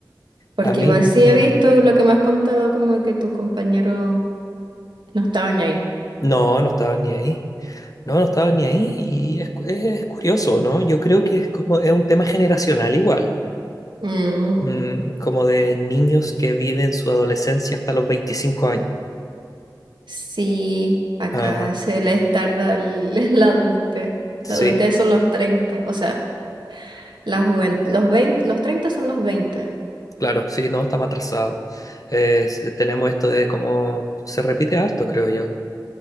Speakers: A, on the right; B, on the left.
A: Porque
B: a mí,
A: igual
B: mm,
A: sí he visto lo que me has contado, como que tus compañeros no estaban ahí.
B: no, no estaba ni ahí. No, no estaba ni ahí y es, cu- es curioso, ¿no? Yo creo que es como, es un tema generacional igual,
A: Mm,
B: mm, como de niños que viven su adolescencia hasta los 25 años.
A: sí, acá
B: Ajá,
A: se les tarda el- <laughs> la adultez.
B: sí,
A: La adultez son los treinta o sea, la juventud, los veinte los 30 son los veinte
B: claro, sí, no, estamos atrasados. Es- eh, tenemos esto de cómo se repite harto, creo yo,